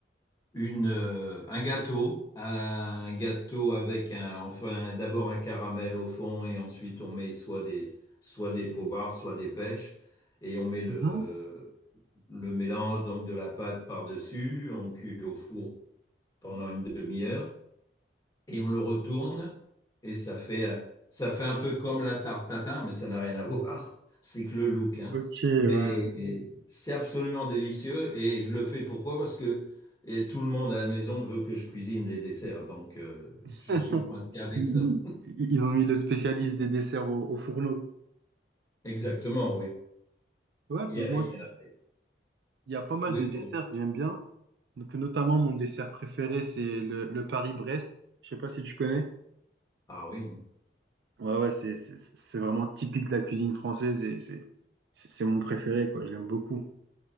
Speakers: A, on the left; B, on the right.
A: une, euh, un gâteau, un gâteau avec un, enfin d'abord un caramel au fond et ensuite on met soit des, soit des poires, soit des pêches et on met le,
B: Mhm.
A: le mélange donc de la pâte par-dessus, on cuit au four pendant une demi-heure et on le retourne et ça fait, euh, ça fait un peu comme la tarte tatin, mais ça n'a rien à <laughs> voir. C'est que le look, hein.
B: Ok,
A: Mais
B: ouais.
A: c'est absolument délicieux et je le fais pourquoi? Parce que et tout le monde à la maison veut que je cuisine des desserts, donc euh,
B: <laughs>
A: je suis coincé avec
B: Ils,
A: ça.
B: ils- ils ont mis le spécialiste des desserts au, au fourneau.
A: Exactement, oui.
B: Ouais,
A: Il
B: bah, moi
A: y a- il
B: aussi,
A: y a-
B: il y a pas mal
A: Oui,
B: de
A: pardon.
B: desserts que j'aime bien. Donc, notamment, mon dessert préféré, c'est le, le Paris-Brest. Je sais pas si tu connais.
A: Ah oui,
B: Ouais, ouais, c'est c'est- c'est vraiment typique de la cuisine française et c'est c'est c'est mon préféré, quoi. Je l'aime beaucoup.